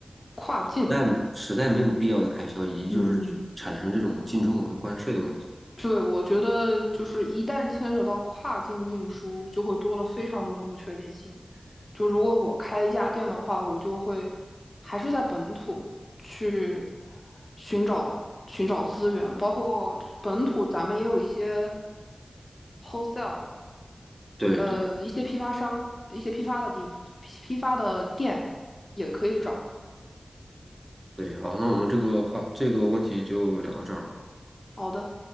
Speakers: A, on the left; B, on the right.
A: 跨境，
B: 在实在没有必要的开销，以及就是产生这种进出口的关税的问题。
A: 嗯，对，我觉得就是一旦牵扯到跨境运输，就会多了非常多的不确定性。就如果我开一家店的话，我就会还是在本土去寻找寻找资源，包括本土咱们也有一些 wholesale。
B: 对对。
A: 呃，一些批发商、一些批发的地批发的店也可以找。
B: 对，好，那我们这个话这个问题就聊到这儿吧。
A: 好的。